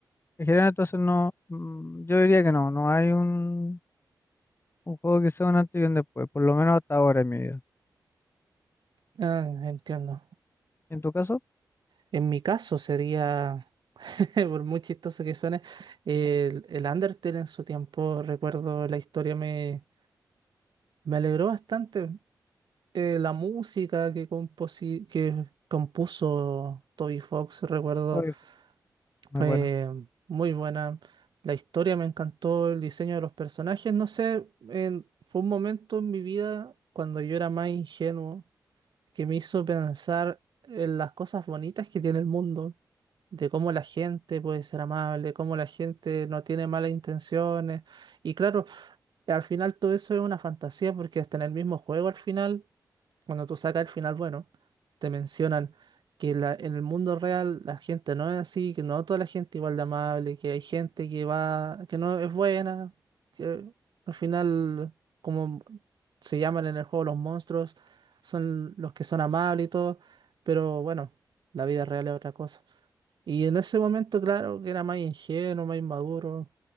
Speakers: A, on the left; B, on the right.
A: En general, entonces no, mm, yo diría que no, no hay un, un juego que sea un antes y un después, por lo menos hasta ahora en mi vida.
B: Ah, entiendo.
A: En tu caso,
B: En mi caso sería, <laughs> por muy chistoso que suene, el, el Undertale en su tiempo, recuerdo la historia me, me alegró bastante. Eh, la música que, composi- que compuso Toby Fox, recuerdo
A: creo que fue muy
B: Fue
A: bueno.
B: muy buena. La historia me encantó, el diseño de los personajes. No sé, en- fue un momento en mi vida cuando yo era más ingenuo que me hizo pensar en las cosas bonitas que tiene el mundo, de cómo la gente puede ser amable, cómo la gente no tiene malas intenciones. Y claro, al final todo eso es una fantasía porque hasta en el mismo juego al final cuando tú sacas el final bueno, te mencionan que la- en el mundo real la gente no es así, que no toda la gente igual de amable, que hay gente que va, que no es buena, que al final, como se llaman en el juego los monstruos, son los que son amables y todo, pero bueno, la vida real es otra cosa. Y en ese momento, claro, que era más ingenuo, más inmaduro.